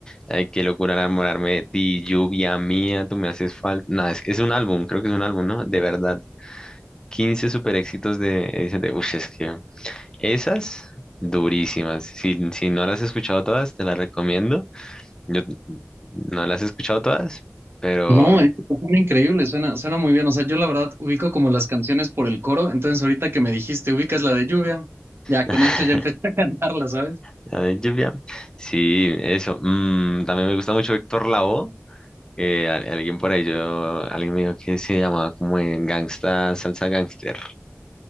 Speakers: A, on the left; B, on the right.
A: Ay, qué locura enamorarme de ti, lluvia mía, tú me haces falta. No, es, es un álbum, creo que es un álbum, ¿no? De verdad. quince super éxitos de Eddie Santiago. Ush, es que esas durísimas. Si, si no las has escuchado todas, te las recomiendo. Yo no las he escuchado todas, pero.
B: No, es suena increíble, suena, suena muy bien. O sea, yo la verdad ubico como las canciones por el coro, entonces ahorita que me dijiste ubicas la de lluvia, ya
A: <laughs>
B: con esto ya empecé a cantarla, ¿sabes?
A: La de lluvia. Sí, eso. mm, también me gusta mucho Héctor Lavoe. Eh, al- alguien por ahí, yo, alguien me dijo que se llamaba como en gangsta, salsa gangster,